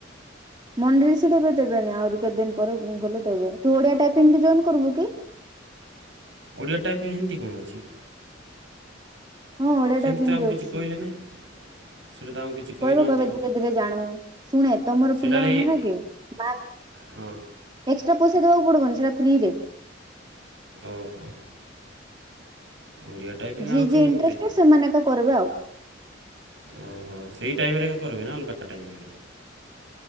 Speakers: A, on the right; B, on the right.
A: ମନି ରିସିପ୍ଟ ଏବେ ଦେବେନି ଆହୁରି କେତେ ଦିନ ପରେ ଗଲେ ଦେବେ। ତୁ ଓଡିଆ ଟାଇପିଙ୍ଗରେ ଜଏନ କରିବୁ କି?
B: ଓଡ଼ିଆ ଟାଇପିଙ୍ଗ ହେନତି କଣ ଅଛି?
A: ହଁ ଓଡିଆ
B: ସେମିତି
A: ଟାଇପିଙ୍ଗ
B: ତ ଆମକୁ
A: ବି
B: କିଛି
A: ଅଛି
B: କହିଲେ ନାହିଁ। ସେଇଟା ତ ଆମ କିଛି କହିନାହାନ୍ତି
A: କହିବେ କହିବେ ଧୀରେ ଧୀରେ ଜାଣୁ ଶୁଣେ ତମର
B: ସେଇଟା
A: ପିଲାମାନେ
B: ଲାଗି
A: ନା କି ବା
B: ହଁ
A: ଏକ୍ସଟ୍ରା ପଇସା ଦବାକୁ ପଡବନି ସେଇଟା ଫ୍ରିରେ।
B: ଓହୋ ଓଡ଼ିଆ। ଟାଇପିଂ
A: ଯିଏ
B: ଆଉଛି
A: ଯିଏ
B: ମୋ
A: ଇଣ୍ଟରେଷ୍ଟେଡ଼
B: ମୋତେ
A: ସେମାନେ ଏକା କରିବେ ଆଉ।
B: ଓହୋ ସେଇ ଟାଇମରେ ଏକା କରିବେନା ଅଲଗା? ଟାଇମରେ?